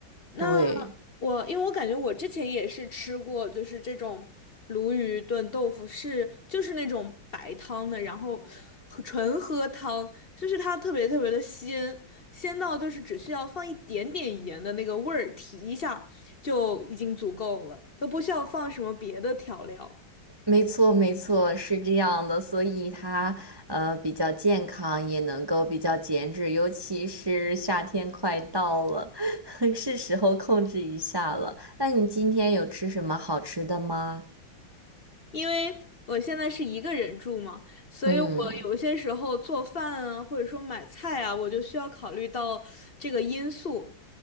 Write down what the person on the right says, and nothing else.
对，
没错，没错，是这样的，所以它呃比较健康，也能够比较减脂，尤其是夏天快到了，<laughs> 是时候控制一下了。那你今天有吃什么好吃的吗？
嗯，